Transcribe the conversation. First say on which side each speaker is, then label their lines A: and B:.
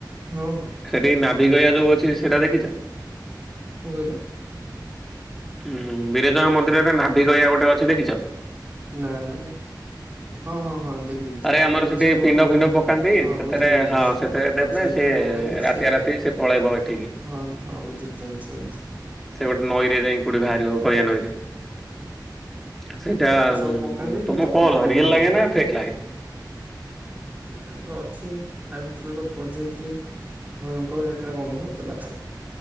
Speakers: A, on the right; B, in the centre.
A: ହଁ ହଁ କଣ
B: ସେଠି ନାଭିିକୟା ଯୋଉ ଅଛି ସେଇଟା ଦେଖିଛ?
A: କଣ କହିଲେ?
B: ହୁଁ ବିରଜୟ ମନ୍ଦିରରେ ନାଭି ଗୟା ଗୋଟେ ଅଛି ଦେଖିଛ?
A: ନା ନା ନା ହଁ ହଁ ହଁ ଦେଖି ଦେଖିଛି
B: ଆରେ ଆମର
A: ଯୋଉଠି
B: ସେଠି
A: ସବୁ
B: ପିଣ୍ଡ
A: ଯୋଉଠି
B: ଫିଣ୍ଡ ପକାନ୍ତି
A: ହଁ
B: ସେଥିରେ
A: ବୁଝିଲି ବୁଝିଲି
B: ହଁ ସେଥିରେ ଦେବେ
A: ହଁ ସେଇଥିରେ
B: ସେ
A: ପକାନ୍ତି
B: ରାତିଆ
A: ସେ
B: ରାତି ସେ ପଳେଇବ ଏଠିକି
A: ହଁ ହଁ ବୁଝିଲି ଜାଣିଛି ଜାଣିଛି।
B: ସେ ଗୋଟେ ନଈରେ ଯାଇ କୋଉଠି ବାହାରିବ ଗୟା ନଈ ରେ। ସେଇଟା
A: ଏବେ ସବୁ ପକାନ୍ତି ସେ
B: ତମକୁ
A: ଦବି ଦବି
B: କଣ
A: ବି
B: ରିଏଲ
A: ଯାଏ
B: ଲାଗେ ନା ଫେକ୍ ଲାଗେ?
A: ଆଉ ତ ଅଛି ତା ଭିତରୁ ତ ପସିଯାଇଥିଲି। ହଁ କଣ ନେଟୱର୍କ କମ ହଉଥିଲା।